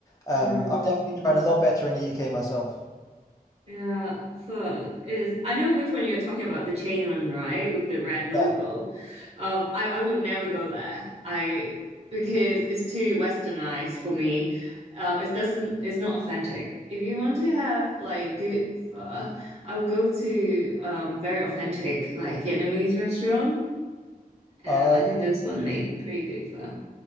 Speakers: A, on the left; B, on the right.
A: Um,
B: No.
A: I've definitely tried a lot better in the UK myself.
B: Yeah, fun is I know which one you're talking about, the chain one, right? With the red logo.
A: Yeah.
B: Um, I, I would never go there. I because it's too westernized for me. Uh, it doesn't it's not authentic. If you want to have like good pho, I would go to um very authentic like Vietnamese restaurant. Uh,
A: Uh,
B: I think those one make pretty good pho.